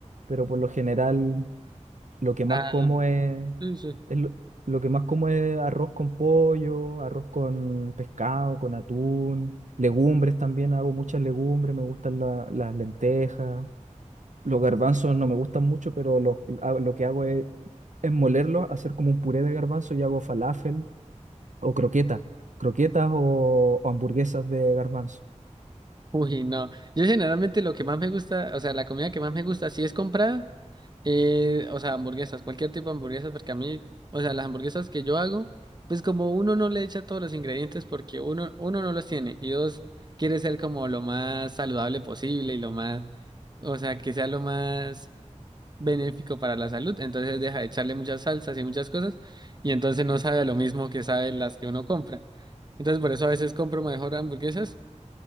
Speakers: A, on the right (about 75°); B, on the right (about 35°).
A: pero por lo general lo que más
B: Ah,
A: como es,
B: sí, sí.
A: es lo, lo que más como es arroz con pollo, arroz con pescado, con atún, legumbres también, hago muchas legumbres, me gustan la- las lentejas. Los garbanzos no me gustan mucho, pero los, hago- lo que hago es, es molerlos, hacer como un puré de garbanzo y hago falafel o croquetas, croquetas o, o hamburguesas de garbanzo.
B: Uy, no. Yo generalmente lo que más me gusta, o sea, la comida que más me gusta, si es comprada, eh, o sea, hamburguesas, cualquier tipo de hamburguesas, porque a mí, o sea, las hamburguesas que yo hago, pues como uno no le echa todos los ingredientes porque uno, uno no los tiene y dos, quiere ser como lo más saludable posible y lo más, o sea, que sea lo más benéfico para la salud, entonces deja de echarle muchas salsas y muchas cosas, y entonces no sabe a lo mismo que sabe las que uno compra. Entonces por eso a veces compro mejor hamburguesas